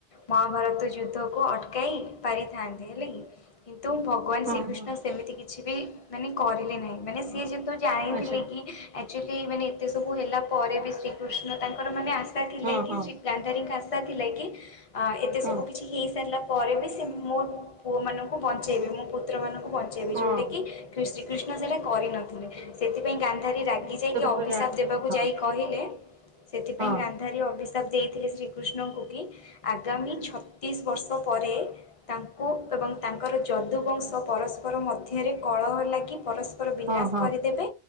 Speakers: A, on the left; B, on the right.
A: ମହାଭାରତ ଯୁଦ୍ଧକୁ ଅଟ୍ କାଇ ପାରିଥାନ୍ତେ ହେଲା କି। କିନ୍ତୁ ଭଗବାନ
B: ହଁ
A: ଶ୍ରୀକୃଷ୍ଣ
B: ହଁ
A: ତ ସେମିତି କିଛି ବି ମାନେ କରିଲେ ନାହିଁ ମାନେ ସିଏ ଯେହେତୁ ଜାଣିଥିଲେ
B: ଆଚ୍ଛା
A: କି ଆକ୍ଚୁଲି ମାନେ ଏତେ ସବୁ ହେଲା ପରେ ବି ଶ୍ରୀକୃଷ୍ଣ ତାଙ୍କର ମାନେ ଆସ୍ ଶା ଥିଲା
B: ହଁ
A: କି
B: ହଁ
A: ଶ୍ରୀ ଗାନ୍ଧାରୀଙ୍କ ଆଶା ଥିଲା କି ଅଁ ଏତେ
B: ହଁ
A: ସବୁ କିଛି ହେଇସାରିଲା ପରେ ବି ସେ ମୋ ପୁଅ ମାନଙ୍କୁ ବଞ୍ଚେଇବେ। ମୋ ପୁତ୍ର ମାନଙ୍କୁ ବଞ୍ଚେ ଇବେ।
B: ହଁ
A: ଯୋଉଟା କି କ୍ରୀଶ୍ରୀକୃଷ୍ଣ ସେଟା କରିନଥିଲେ ସେଥିପାଇଁ ଗାନ୍ ଧାରୀ
B: ସେ
A: ରାଗି
B: ତ ନିଶ୍ଚିତ
A: ଯାଇକି
B: ରୂପରେ
A: ଅଭିଶାପ
B: ଜାଣିଥିବ
A: ଦେବାକୁ
B: ହଁ
A: ଯାଇ କହିଲେ ସେଥିପାଇଁ
B: ହଁ
A: ଗାନ୍ ଧାରି ଅଭିଶାପ ଦେଇଥିଲେ ଶ୍ରୀକୃଷ୍ଣଙ୍କୁ କି ଆଗାମୀ ଛତିଶ ବର୍ଷ ପରେ ତାଙ୍କୁ ଏବଂ ତାଙ୍କର ଯଦୁବଂଶ ପରସ୍ ପର ମଧ୍ୟରେ କଳହ ଲାଗି ପରସ୍ପର ବିନାଶ
B: ହଁ ହଁ
A: କରିଦେବେ।